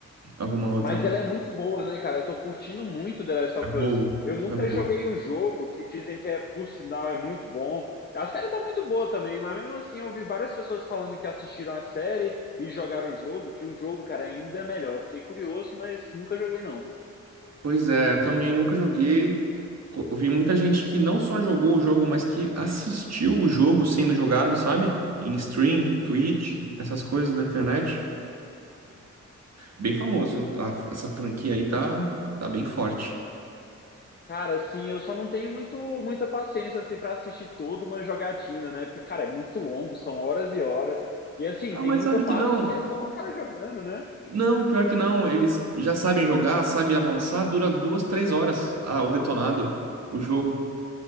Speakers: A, on the right (about 60°); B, on the left (about 35°).
A: Alguma outra.
B: Mas ela é muito boa, né, cara? Eu tô curtindo muito The Last of
A: É boa.
B: Us. Eu nunca
A: É boa.
B: joguei o jogo, que dizem que é, por sinal, é muito bom. A série tá muito boa também, mas mesmo assim eu ouvi várias pessoas falando que assistiram a série e jogaram o jogo, que o jogo, cara, é ainda melhor. Fiquei curioso, mas nunca joguei, não.
A: Pois é, eu também nunca joguei. co- eu vi muita gente que não só jogou o jogo, mas que assistiu o jogo sendo jogado, sabe? Em stream, Twitch,
B: Sim.
A: essas coisas da internet. Bem famoso. A- essa franquia aí tá, tá bem forte.
B: Cara, assim, eu só não tenho muito, muita paciência assim para assistir toda uma jogatina, né? Porque, cara, é muito longo, são horas e horas. E assim,
A: Ah,
B: tem
A: mas
B: muita
A: sabe
B: parte
A: que não?
B: que é só o cara jogando, né?
A: Não, pior que não. Eles já sabem jogar, sabem avançar. Dura duas, três horas. Ah, o detonado. O jogo.